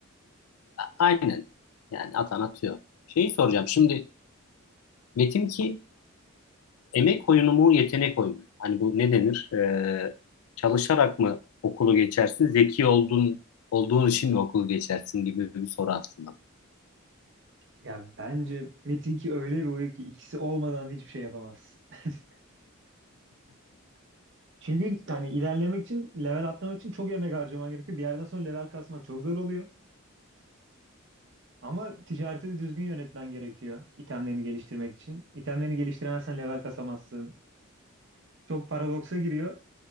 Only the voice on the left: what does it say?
aynen yani atan atıyor. Şeyi soracağım şimdi Metin ki emek oyunu mu yetenek oyunu? mu? Hani bu ne denir? E, çalışarak mı okulu geçersin? Zeki olduğun olduğun için mi okulu geçersin gibi bir soru aslında.